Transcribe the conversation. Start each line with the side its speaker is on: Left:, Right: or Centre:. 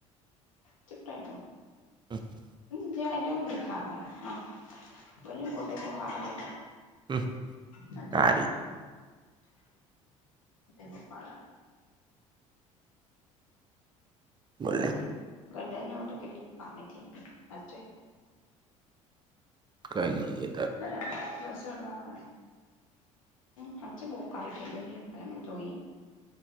Left: ચપનું
Right: હા <inaudible>
Left: તુ જે આટ લેખા કર હા બ પોતે હ એટ
Right: હમ
Left: સાચી
Right: હારી
Left: વાતટે બખ
Right: બોલને
Left: બ ગડાન તો કેટલી કામી થઈ ગ વ્ચે
Right: ક <unintelligible>
Left: બરાબર બસડવા પડે હા છે, બહ કાલ ઠેકએ કાલે મે જોઈ